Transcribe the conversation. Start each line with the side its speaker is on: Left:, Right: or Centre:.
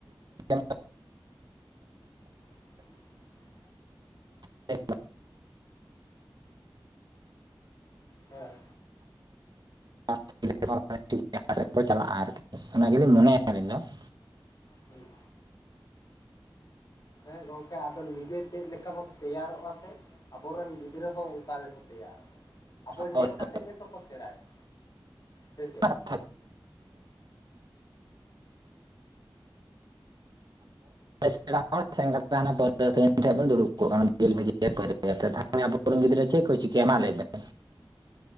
Right: <unintelligible>
Left: <inaudible>
Right: <unintelligible>
Left: ᱦᱮᱸ
Right: <unintelligible> ᱪᱟᱞᱟᱜ-ᱟ ᱟᱨᱠᱤ ᱚᱱᱟ ᱜᱮᱞᱤᱧ ᱢᱚᱱᱮᱭ-ᱟ ᱟᱹᱞᱤᱧ ᱫᱚ ᱾
Left: ᱦᱩᱸ ᱦᱮᱸ ᱜᱚᱝᱠᱮ ᱟᱫᱚ ᱱᱤᱡᱮ ᱪᱮᱫ ᱞᱮᱠᱟ ᱵᱚᱱ ᱛᱮᱭᱟᱨᱚᱜ-ᱟ ᱛᱮ ᱟᱵᱚᱨᱮᱱ ᱜᱤᱫᱽᱨᱟᱹ ᱦᱚᱸ ᱚᱝᱠᱟ ᱜᱮᱠᱚ ᱛᱮᱭᱟᱨᱚᱜ-ᱟ᱾ ᱟᱵᱚ
Right: ᱦᱚᱪᱚᱭᱮᱫᱟ
Left: ᱧᱮᱞ ᱠᱟᱛᱮᱫ ᱜᱮᱛᱚ ᱠᱚ ᱥᱮᱬᱟᱭ-ᱟ ᱥᱮ ᱪᱮᱫ᱾
Right: <unintelligible> <unintelligible> ᱥᱮᱲᱟ ᱦᱚᱲ ᱥᱮᱱ ᱠᱟᱛᱮ ᱦᱟᱱᱮ ᱯᱟᱹᱣᱨᱟᱹ ᱟᱠᱷᱨᱤᱧ ᱴᱷᱮᱡ ᱵᱚᱱ ᱫᱩᱲᱩᱵ ᱠᱚᱜ ᱠᱟᱱᱟ ᱡᱮᱞ ᱵᱷᱟᱹᱡᱤ ᱟᱨ ᱯᱟᱹᱣᱟᱹ ᱟᱛᱮᱫ <unintelligible> <unintelligible> ᱟᱵᱚ ᱨᱮᱱ ᱜᱤᱫᱽᱨᱟᱹ ᱪᱮᱫ ᱠᱚ ᱪᱤᱠᱟᱹᱭᱟ ᱢᱟ ᱞᱟᱹᱭ ᱵᱮᱱ?